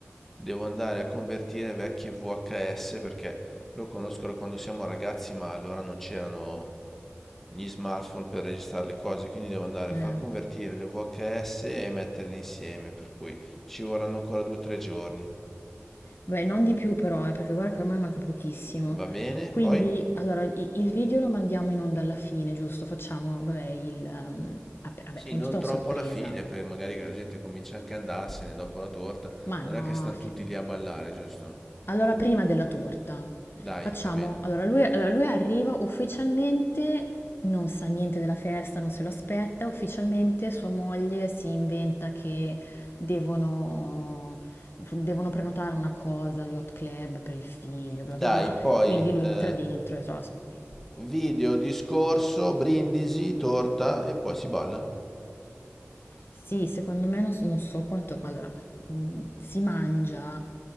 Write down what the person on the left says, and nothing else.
Eh.
Beh, non di più però, eh, perché guarda che ormai manca pochissimo.
Quindi,
allora, i- il video lo mandiamo in onda alla fine, giusto? Facciamo, vabbè, il... ehm, vabbè, vabbè,
prima
di tutto
la sorpresa.
Ma
no,
fi-
Allora, prima della torta,
facciamo...
Allora lui, allora, lui arriva ufficialmente, non sa niente della festa, non se lo aspetta, ufficialmente sua moglie si inventa che devono, devono prenotare una cosa, agli hot club per il figlio, bla bla
bla,
quindi
lui entra dentro e trova la sorpresa.
Sì, secondo me non, so non so quanto... Allora, mh, si mangia...